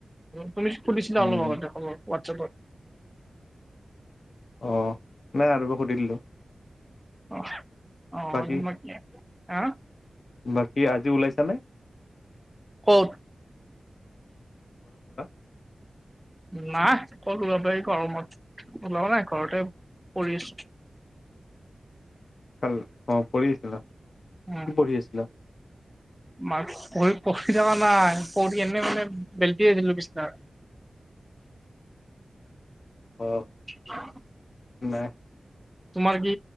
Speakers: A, in the centre; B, on the left.
A: তুমি সুধছিলা
B: উম
A: অলপ আগতে খব হোৱাটছাএপত,
B: অ নাই আৰু সুধি দিলো।
A: অ অ
B: বাকী
A: তোমাত কৰে হা,
B: বাকী আজি ওলাইছা নে।
A: ক'ত,
B: <inaudible>
A: নাই কত ওলাব পাৰি গৰমত ওলাও নাই ঘৰতে পৰি আছো।
B: <unintelligible>
A: উ
B: কি পঢ়ি আছিলা?
A: মাক পঢ়ি পঢ়ি থকা নাই পঢ়ি এনে মানে, বেলতি দিলা বিছনা,
B: অ
A: <unintelligible>
B: নাই।
A: তোমাৰ কি